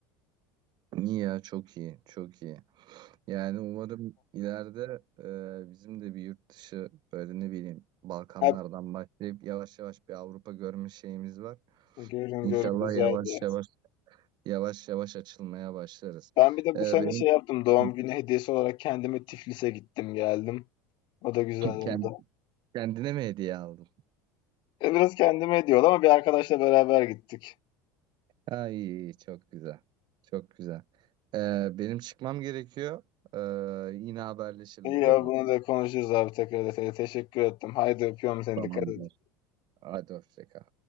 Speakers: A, on the right; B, on the left.
A: İyi ya çok iyi çok iyi. Yani umarım ileride e, bizim de bir yurt dışı böyle ne bileyim Balkanlardan
B: Hep
A: başlayıp yavaş yavaş bir Avrupa görme şeyimiz var.
B: görün
A: İnşallah
B: görün güzeldi.
A: yavaş yavaş Yavaş yavaş açılmaya başlarız.
B: Ben bir de bu
A: Ee,
B: sene
A: benim
B: şey yaptım doğum
A: <laughs>
B: günü hediyesi olarak kendime Tiflis'e gittim geldim. O da güzel oldu.
A: kend- kendine mi hediye aldın?
B: E, Biraz kendime hediye oldu ama bir arkadaşla beraber gittik.
A: Ay çok güzel. Çok güzel. Ee, benim çıkmam gerekiyor. Ee, yine haberleşelim
B: İyi
A: olur
B: ya
A: mu?
B: bunu da konuşuruz abi tekrar detaylı. Teşekkür ettim. Haydi öpüyorum seni
A: Tamamdır.
B: dikkat et.
A: Hadi hoşça kal.